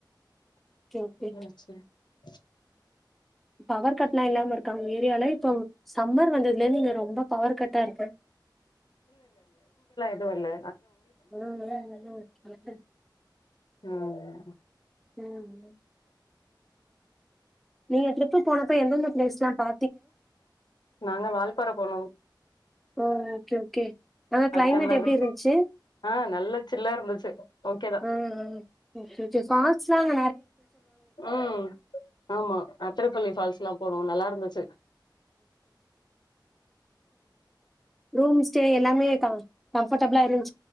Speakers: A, in the centre; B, on the left.
A: ஓகே.
B: அ சரி <inaudible>
A: பவர் கட் எல்லாம் இல்லாம இருக்கா உங்க ஏரியால இப்ப சம்மர் வந்ததுல நீங்க ரொம்ப பவர் கட்டா இருக்கு
B: அதுவுல்ல
A: ம் என்
B: ம் ஆ
A: ம் நீங்க ட்ரிப்பு போனப்ப எந்தெந்த பிளேஸ்லாம் பா
B: நாங்க வால்பாறை போனோம்
A: ஓ ஓகே ஓகே அ
B: அதுக்கந்தான
A: கிளைமேட் எப்டி இருந்துச்சு
B: ஆ நல்லா சில்லா இருந்துச்சு ஓகேதா
A: ம் <unintelligible> ஃபால்ஸ் லாம்
B: ம் ஆமா அத்திரப்பள்ளி ஃபால்ஸ் எல்லாம் போனோம் நல்லா இருந்துச்சு
A: ரூம் ஸ்டே எல்லாமே தா கம்ஃபர்டபிளா இருந்